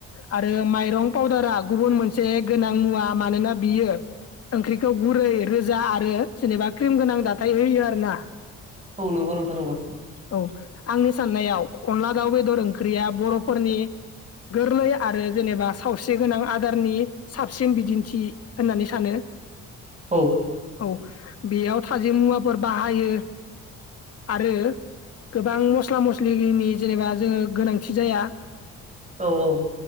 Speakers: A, on the left (about 50°); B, on the right (about 25°).
A: आरो माइरं पावउदारा गुबुन मोनसे गोनां मुवा मानोना बियो ओंख्रिखौ गुरै रोजा आरो जेनेबा क्रिम गोनां दाथाय होयो आरो ना
B: औ नंगौ नोंथां नंगौ
A: औ आंनि साननायाव अनला दाउ बेदर ओंख्रिया बरफोरनि गोरलै आरो जेनेबा सावस्रि गोनां आदारनि साबसिन बिदिन्थि होननानै सानो <inaudible>
B: औ
A: औ बेयाव थाजिम मुवाफोर बाहायो आरो गोबां मस्ला मस्लिनि जेनेबा जोङो गोनांथि जाया
B: औ औ